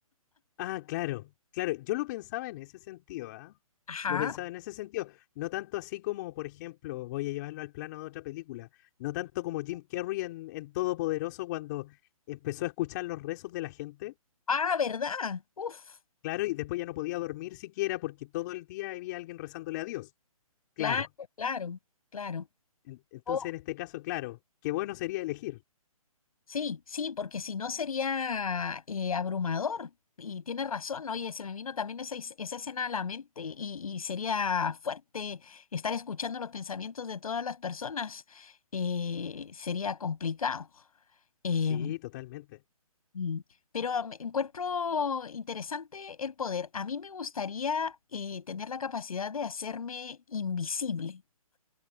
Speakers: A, on the left (about 30°); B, on the left (about 70°).
A: Ah, claro, claro. Yo lo pensaba en ese sentido, ¿ah?
B: Ajá.
A: Lo pensaba en ese sentido. No tanto así como, por ejemplo, voy a llevarlo al plano de otra película. No tanto como Jim Carrey en, en Todopoderoso cuando empezó a escuchar los rezos de la gente.
B: Ah, ¿verdad? Uf,
A: Claro, y después ya no podía dormir siquiera porque todo el día había alguien rezándole a Dios. Claro.
B: claro, claro, claro.
A: En- Entonces,
B: Oh,
A: en este caso, claro, qué bueno sería elegir.
B: sí, sí, porque si no sería eh, abrumador. Y tienes razón, oye, se me vino también esa, is- esa escena a la mente y, y sería fuerte estar escuchando los pensamientos de todas las personas. eh, sería complicado. Eh,
A: Sí, totalmente.
B: mm, pero me encuentro interesante el poder. A mí me gustaría eh, tener la capacidad de hacerme invisible.